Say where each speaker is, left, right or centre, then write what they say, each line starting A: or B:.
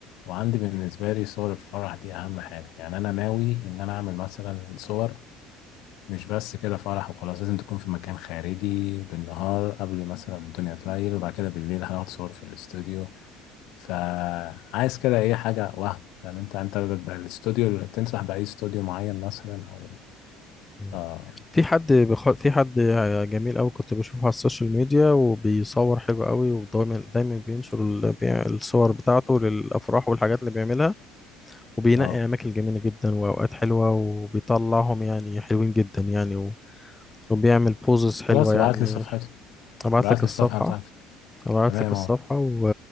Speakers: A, on the left; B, on the left.
A: وعندي بالنسبة لي صور الفرح دي أهم حاجة يعني أنا ناوي إن أنا أعمل مثلا صور مش بس كده فرح وخلاص لازم تكون في مكان خارجي بالنهار قبل مثلا الدنيا تليل وبعد كده بالليل هناخد صور في الاستوديو فعايز كده أي حاجة وهم فاهم أنت أنت ده- ده الاستوديو تنصح بأي استوديو معين مثلا أو
B: مم.
A: آه
B: في حد بخ... في حد جميل قوي كنت بشوفه على السوشيال ميديا وبيصور حلو قوي ودايما دايما بينشر ال... بي- الصور بتاعته للافراح والحاجات اللي بيعملها وبينقي
A: آه
B: أماكن جميلة جدا وأوقات حلوة وبيطلعهم يعني حلوين جدا يعني و- وبيعمل بوزز حلوة
A: خلاص
B: يعني
A: ابعت لي صفحته
B: أبعت
A: ابعت
B: لك
A: لي
B: الصفحة
A: الصفحة بتاعته
B: أبعت
A: تمام
B: لك الصفحة
A: اهو
B: و...